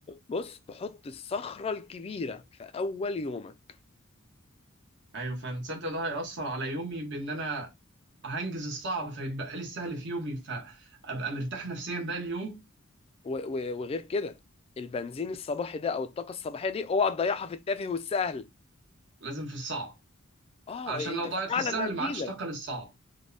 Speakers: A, on the left; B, on the right.
A: بص تحط الصخرة الكبيرة في اول يومك
B: ايوه فعلا تصدق ده هيأثر على يومي بان انا هنجز الصعب فيتبقى لي السهل في يومي فابقى مرتاح نفسيا بقى اليوم
A: و- و- وغير كده البنزين الصباحي ده او الطاقه الصباحيه دي اوعى تضيعها في التافه والسهل
B: لازم في الصعب
A: اه
B: علشان
A: انت
B: لو ضاعت
A: في
B: في
A: اعلى
B: السهل
A: تركيزك
B: ما عادش طاقة للصعب